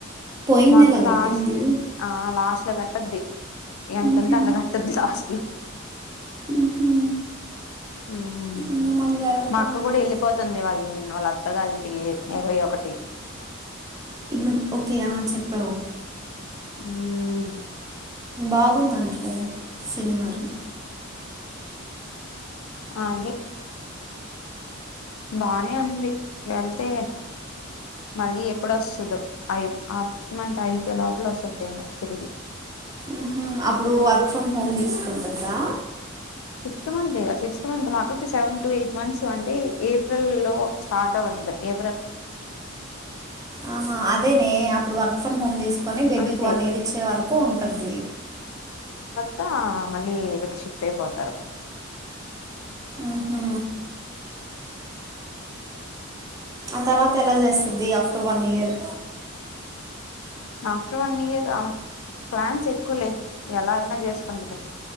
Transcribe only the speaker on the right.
పోయిన
నెల
కట్టింది
ఉహు,
ఉహు.
ఇంకా మళ్ళీ వెరగతా
ఉంది
ఇప్పుడు ఓకే ఆ చెప్పావు
బాగుందంటనే శనివారం
ఉహు అప్పుడు వర్క్ ఫ్రమ్ హోమ్ తీసుకుంటదా
ఆహా అదేనే అప్పుడు వర్క్ ఫ్రమ్ హోమ్ తీస్ కని బేబీకి
వన్ ఇయర్ ఇచ్చే వరకు ఉంటుంది
ఆహ ఆ తర్వాత ఎలా చేస్తుది after one year